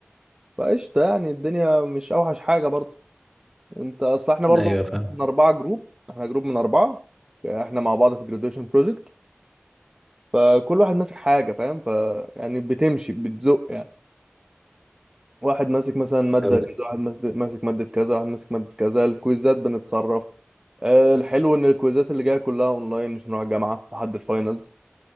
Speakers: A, on the right; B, in the centre.
A: فقشطة يعني الدنيا مش اوحش حاجة برضو انت اصل احنا برضو
B: ايوه فاهم
A: احنا اربعة جروب احنا جروب من اربعة احنا مع بعض في جراديويشن بروجكت فكل واحد ماسك حاجة فاهم ف يعني بتمشي بتزق يعني واحد ماسك مثلا مادة
B: طب
A: كذا واحد ماس- ماسك مادة كذا واحد ماسك مادة كذا الكويزات بنتصرف آه، الحلو ان الكويزات اللي جاية كلها اونلاين مش هنروح الجامعة لحد الفاينلز